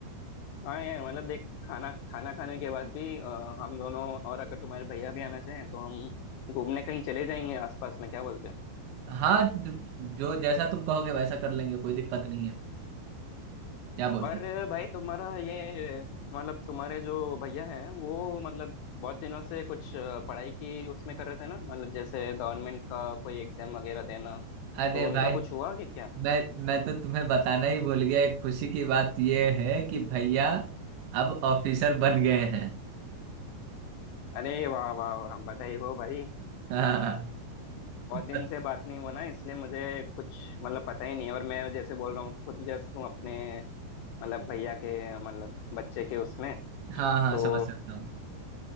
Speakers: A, on the left; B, on the right.
A: हाँ यार मतलब देख खाना खाना खाने के बाद भी अ, हम दोनों और अगर तुम्हारे भैया भी आना चाहें तो हम घूमने कहीं चले जाएंगे आसपास में क्या बोलते हो
B: हाँ द- जो जैसा तुम कहोगे वैसा कर लेंगे कोई दिक्कत नहीं है क्या बोलते
A: और
B: हो?
A: अ, भाई तुम्हारा ये अ, मतलब तुम्हारे जो भैया हैं वो मतलब बहुत दिनों से कुछ अ, पढ़ाई की उसमें कर रहे थे ना मतलब जैसे गवर्नमेंट का कोई एग्जाम वगैरह देना
B: अरे
A: तो उनका
B: भाई
A: कुछ हुआ कि क्या
B: मैं मैं तो तुम्हें बताना ही भूल गया एक खुशी की बात ये है कि भैया अब ऑफिसर बन गए हैं
A: अरे वाह वाह वाह बधाई हो भाई
B: <laughs>
A: बहुत
B: हाँ
A: दिन से बात नहीं हुआ ना इसलिए मुझे कुछ मतलब पता ही नहीं और मैं जैसे बोल रहा हूँ खुद व्यस्त हूँ अपने मतलब भैया के मतलब बच्चे के उसमें
B: हाँ हाँ
A: तो
B: समझ सकता हूँ